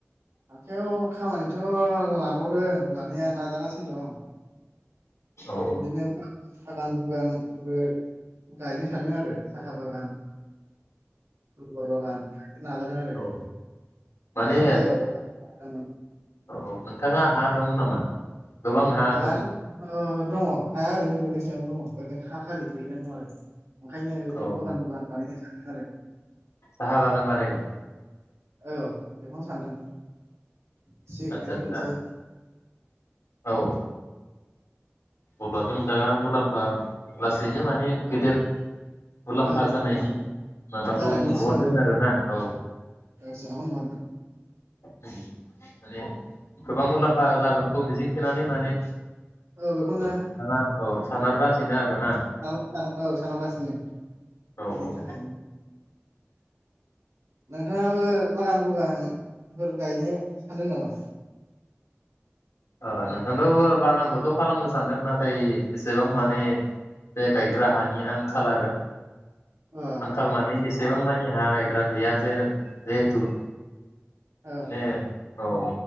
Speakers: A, on the right; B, on the left.
A: आखाइयाव खामानिथ' लाबावदों लानाया नाजागासिनो दं।
B: औ
A: बिदिनो थागान बुगान बो गायनो सान्दों आरो। साहा बागान। गलबार बागान नाजादों आरो ओमफाय
B: औ माने
A: जुलाइआव नाजादोंमोन।
B: औ औ नोंथाङा हा दं नामा? गोबां हा
A: हायाथ'
B: दं?
A: ओ दङ हाया ओरैनो गोग्लैसोनानै दङ ओरैनो खा खालि गोग्लैनानै दं आरो। ओंखायनो बेखौ
B: औ
A: बागान बानायनो आरो
B: साहा बागान बानायगोन
A: औ बेखौनो सानदों। एसे
B: आदसा
A: गायना
B: आदसा
A: दोनसै।
B: औ अब्लाथ' नोंथाङा मुलाम्फा लासैनो माने
A: औ
B: गेदेर मुलाम्फा
A: औ
B: जानायनि
A: औ
B: माबाखौ
A: जानायनि
B: नुहरदों
A: सिमां
B: आरोना औ।
A: सिमांखौनो नुहुरदों
B: माने गोबां मुलाम्फा जागोनखौ मिजिंथिनानै माने
A: औ बेखौनो
B: नोंथाङा औ सानहरगासिनो आरोना
A: औ औ सानहरगासिनो
B: औ
A: बेनि
B: औ
A: थाखायनो नोंथाङाबो बागान बुगान फोर गायनो सानदों नामा?
B: ओ नोंथांनावबो बागानखौथ' खालामनो सानदों नाथाय एसेबां माने बे गायग्रा हानि आंखाल आरो।
A: अ
B: आंखाल
A: ओ
B: माने एसेबां मानि हा गाय दा गैया जे जिहेथु
A: ओ
B: मान औ